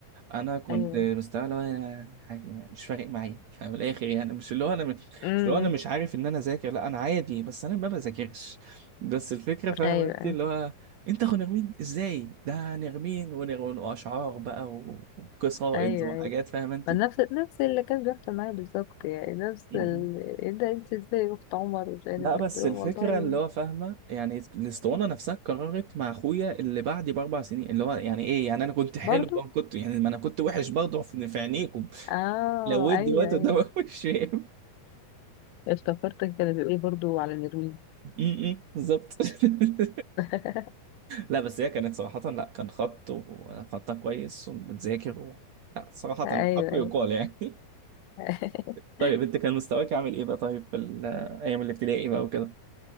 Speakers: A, on the right; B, on the left.
A: انا كنت
B: ايوه
A: مستوى اللي هو أنا عادي ما- مش فارق معايا فمن الاخر يعني مش اللي هو انا مش
B: امم
A: اللي هو انا مش عارف ان انا ذاكر لا انا عادي بس انا ما بذاكرش بس الفكره فاهم
B: ايوه
A: انت
B: ايوه
A: اللي هو انت اخو نرمين ازاي ده نرمين ونر- واشعار بقى و- وقصائد
B: ايوه
A: وحاجات فاهم انت
B: ما نفس نفس اللي كان بيحصل معايا بالظبط يعني نفس
A: م-م.
B: ال... ايه ده انت ازاي اخت عمر ومش عارف
A: لا
B: ايه
A: بس
B: قلت له
A: الفكره
B: والله
A: اللي هو فاهمه يعني الاسطوانه نفسها قررت مع اخويا اللي بعدي باربع سنين اللي هو يعني ايه يعني انا كنت حلو
B: برضو
A: بقى كنت يعني ما انا كنت وحش برضه في في عينيكم
B: اه
A: لو ويت
B: ايوه
A: دلوقتي
B: ايوه
A: قدام أخوي مش فاهم
B: افتكرتك كانت بتقولي برضو على نرويج
A: امم بالظبط <laughs>
B: <laughs>
A: لا بس هي كانت صراحة لا كان خط وخطها كويس وبتذاكر و... لا صراحة
B: ايوه
A: الحق
B: ايوه
A: يقال يعني <laughs>
B: <laughs>
A: طيب انت كان مستواك عامل ايه بقى طيب في ال- ايام الابتدائي بقى وكده